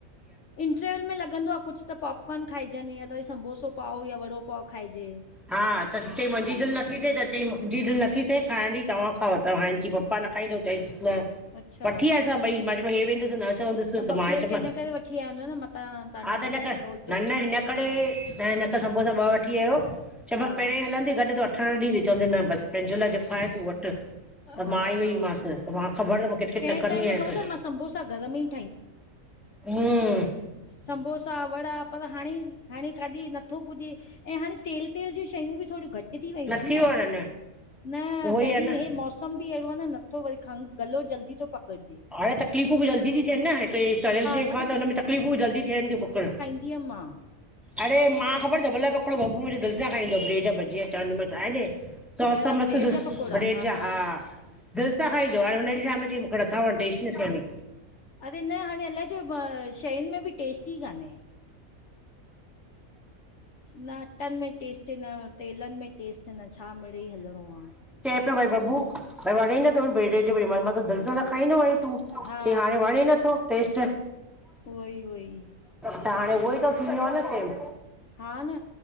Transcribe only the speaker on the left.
इंटरवेल में लॻंदो आ कुझु त पॉपकॉर्न खाइजनि या त वरी समबोसो पाओ या बड़ो पाव खाइजे।
अच्छा
ॿ
प्लेट
हिन करे वठी आया हूंदव न मतां तव्हांजो
हसबैंड
घोटु
हा
हा
हा
हा
कंहिं
टाइम में
ख़बर अथव मां संबोसा घर में ई
समबोसा वड़ा पर हाणेई हाणे खादी नथो पुॼे ऐं हाणे तेल तेल जीूं शयूं बि थोडी घटि तीथी वयूं
आहिनि
न, न
पहिंरी
हे मौस मौसम बि अहिड़ो आ नथो वरी खंघ गलो जल्दी तो पकड़जे।
न
ई अम्मा
कहिड़ा
ब्रेड
जा पकोड़ा
अरे न हाणे अलाए छो शयुनि में बि टेस्ट ही काने न अट्टनि में टेस्ट न, तेलन में टेस्ट न, छा मिड़ेई हलणो आ।
हा
उहोई उहोई
हा न।